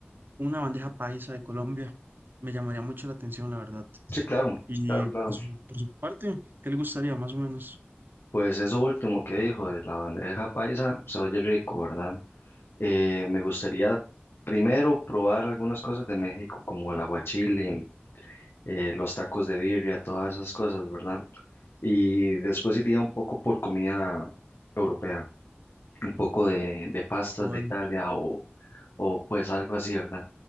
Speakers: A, on the right (about 55°); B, on the left (about 65°).
A: una bandeja paisa de Colombia. Me llamaría mucho la atención, la verdad.
B: Sí, claro,
A: Y
B: claro, claro.
A: por su, por su parte, ¿qué le gustaría más o menos?
B: Pues eso último que dijo de la bandeja paisa, se oye rico, ¿verdad? Eh, me gustaría primero probar algunas cosas de México, como el aguachile, eh, los tacos de birria, todas esas cosas, ¿verdad? Y después iría un poco por comida europea, un poco de, de pastas
A: Pero bueno,
B: de Italia o, o pues algo así, ¿verdad?